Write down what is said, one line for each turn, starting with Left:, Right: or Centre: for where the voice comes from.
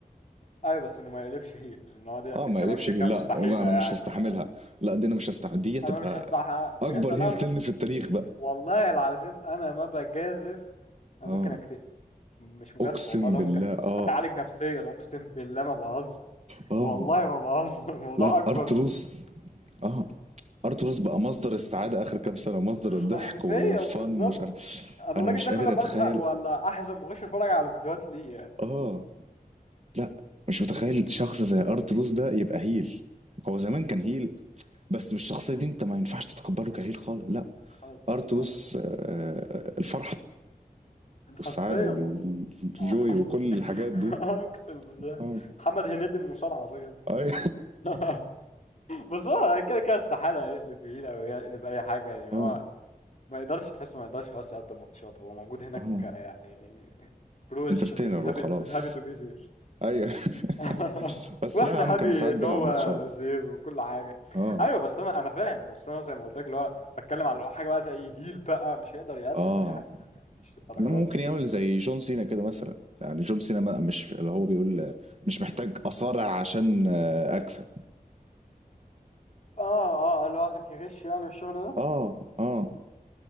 Left: ايوه بس انه ما يقلبش هيل لان هو دي اصلا
Right: اه ما
Left: كمان
Right: يقلبش
Left: كده
Right: هيل
Left: كده
Right: لا
Left: مستحيله
Right: ما أنا
Left: يعني
Right: مش هستحملها
Left: آه،
Right: لا دي أنا مش هستحمل دي تبقى
Left: انا مش هستحق بجد
Right: أكبر
Left: لا
Right: هيل
Left: انا
Right: تلن
Left: ممكن
Right: في التاريخ بقى
Left: والله العظيم انا ما بجازف انا
Right: اه
Left: ممكن اكتئب مش مجازفه
Right: أقسم
Left: والله لو
Right: بالله
Left: ممكن
Right: اه
Left: هتعالج نفسيا اقسم بالله ما بهزر
Right: اه
Left: والله ما بهزر <laughs> الموضوع
Right: لا
Left: اكبر
Right: أرتروس
Left: من
Right: اه ارتروس بقى مصدر السعاده اخر كام سنه مصدر
Left: حرفيا
Right: الضحك والفن
Left: بالظبط
Right: مش عارف
Left: انا
Right: انا
Left: الراجل
Right: مش
Left: ده كل
Right: قادر
Left: ما
Right: اتخيل
Left: ازهق ولا احزن بخش اتفرج على فيديوهات ليه يعني
Right: اه لا مش متخيل شخص زي ارت روز ده يبقى هيل هو زمان كان هيل بس بالشخصية دي انت ما ينفعش تتقبله كهيل خالص لا
Left: خالص
Right: ارت روز
Left: خالص
Right: آه، الفرحة
Left: حرفيا
Right: والسعادة والجوي
Left: والله آه، حرفيا
Right: وكل الحاجات دي
Left: <laughs> اقسم بالله
Right: اه
Left: محمد هنيدي المصارعه الراجل ده
Right: اي
Left: <laughs> بس هو كده كده استحاله يقلب يمين او يقلب اي حاجه
Right: <laughs>
Left: يعني
Right: اه
Left: هو ما يقدرش تحسه ما يقدرش خلاص يقدم ماتشات هو موجود هناك
Right: اه
Left: يعني بروج
Right: انترتينر
Left: از هابي
Right: وخلاص
Left: از هابي تو بي زير
Right: ايوه
Left: <laughs>
Right: <laughs> بس
Left: واحنا
Right: لا يا عم
Left: هابي
Right: كان ساعات
Left: ان
Right: بيلعب
Left: هو
Right: ماتشات
Left: زير وكل حاجه
Right: اه
Left: ايوه بس انا انا فاهم بس انا زي ما قلت لك اللي هو بتكلم على حاجه بقى زي هيل بقى مش هيقدر يقدم
Right: اه
Left: اي حاجه مش الدرجات
Right: انما ممكن
Left: يعني
Right: يعمل زي جون سينا كده مثلا يعني جون سينا ما- مش اللي هو بيقول آه، مش محتاج اصارع عشان آه، اكسب
Left: اه اه اللي هو قصدك يغش يعني الشغل ده
Right: آه، آه،